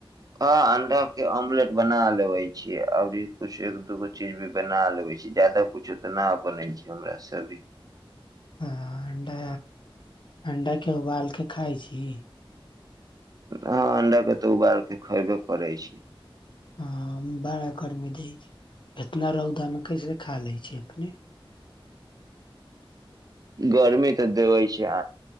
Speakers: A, on the right (about 40°); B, on the left (about 55°).
A: हँ अंडा के ऑमलेट बना लेबे छीयै आओर कुछु एक दूगो चीज भी बना लेबे छी जदाा कुछो तऽ न बनै छै हमरा सब अभी।
B: ह अंडा अंडाके उबाल क खाइ छी।
A: ह अंडा के तऽ उबालके खयबे करै छी।
B: हँ बड़ा गरमी दै छै इतना रौदामे कैसे खा लै छी अपने।
A: गर्मी तऽ देबे छै